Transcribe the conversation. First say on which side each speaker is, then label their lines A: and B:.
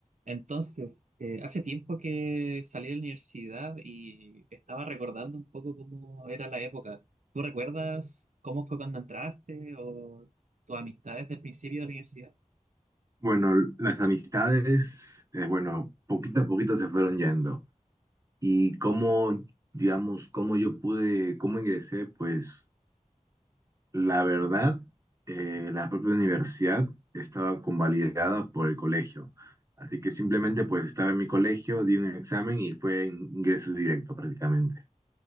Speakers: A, on the right (about 65°); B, on the right (about 25°).
A: Entonces, eh, hace tiempo que salí de la universidad y estaba recordando un poco cómo era la época. ¿Tú recuerdas cómo fue cuando entraste o tus amistades del principio de la universidad?
B: Bueno, las amistades, eh, bueno, poquito a poquito se fueron yendo. Y cómo, digamos, cómo yo pude, cómo ingresé, pues la verdad, eh, la propia universidad estaba convalidada por el colegio. Así que simplemente pues estaba en mi colegio, di un examen y fue in- ingreso directo prácticamente.